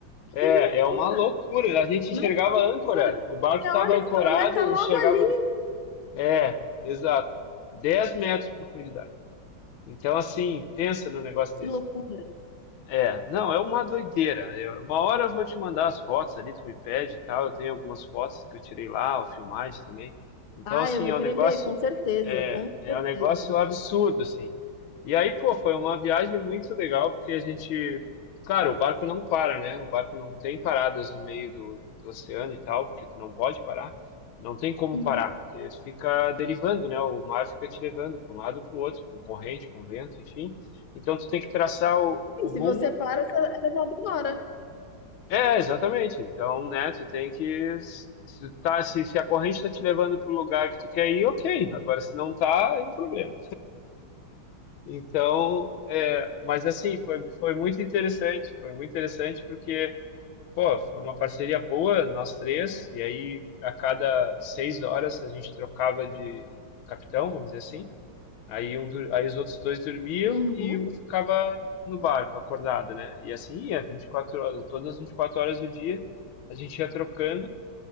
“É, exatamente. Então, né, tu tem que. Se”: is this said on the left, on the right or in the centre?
Left